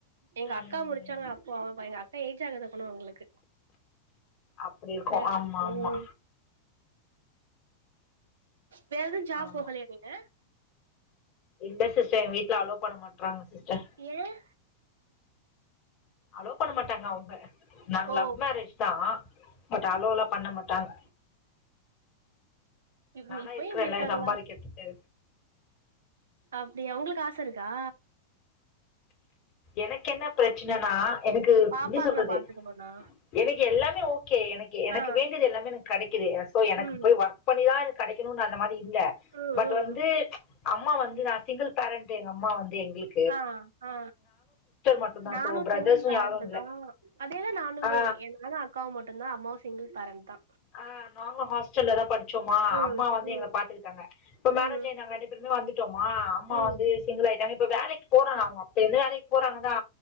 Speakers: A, on the right; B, on the left.
A: எங்க
B: ம்.
A: அக்கா முடிச்சாங்க அப்போ பை காட் அப்ப ஏஜ் ஆகுது அப்பனா உங்களுக்கு
B: அப்டி இருக்கு
A: அ
B: ஆமா
A: ம்
B: மா
A: வேற எதுவு ஜாப்
B: ஆமா.
A: போகலயா நீங்க
B: இல்ல சிஸ்டர் எங்க வீட்ல அலே பண்ண மாட்றாங்க சிஸ்டர்
A: ஏன்
B: அலோ பண்ண மாட்டாங்க அவங்க நாங்க
A: ஓ
B: லவ் மேரேஜ் தா பட் அலோலா பண்ண மாட்டாங்க
A: இவங்க
B: நானா
A: இப்பயு
B: இருக்கிறேன்ல
A: இப்டி இருக்காங்களா
B: சம்பாரிக்கிறதுக்கு.
A: அப்டியா உங்களுக்கு ஆச இருக்கா
B: எனக்கு என்ன பிரச்சனனா எனக்கு எப்டி
A: பாப்பாங்கள
B: சொல்றது
A: பாத்துக்கணுனா
B: எனக்கு எல்லாமே ஓகே எனக்கு எனக்கு
A: ஆ
B: வேண்டியது எல்லாமே எனக்கு கெடெக்குது சோ எனக்கு
A: ம்
B: போய் ஒர்க் பண்ணிதா எனக்கு கெடைக்கணு அந்த மாரி இல்ல
A: ம்
B: பட்
A: ம்
B: வந்து அம்மா வந்து நா சிங்கிள் பேரெண்ட் எங்க அம்மா வந்து எங்களுக்
A: ஆ ஆ
B: மட்டும் தான்.
A: நானு
B: சோ பிரதர்ஸும்
A: சிங்கிள் பேரெண்ட்டு
B: யாரும் இல்ல.
A: தா அதேதா நானுமே
B: ஆ
A: என்னால அக்காவு மட்டு தா அம்மாவு சிங்கிள் பேரெண்ட் தா
B: ஆ நாங்களும் ஹாஸ்டல்ல தான் படிச்சோமா.
A: ம்
B: அம்மா வந்து எங்கள
A: ம்
B: பாத்துக்கிட்டாங்க. இப்ப மேரேஜ்
A: ம்
B: ஆயி நாங்க அடிட் டு பேருமே வந்துட்டோமா அம்மா
A: ம்
B: வந்து சிங்கிளாய்ட்டாங்க இப்ப வேலைக்கு போறாங்க அவங்க அப்ப இருந்தே வேலைக்கு போறாங்கதா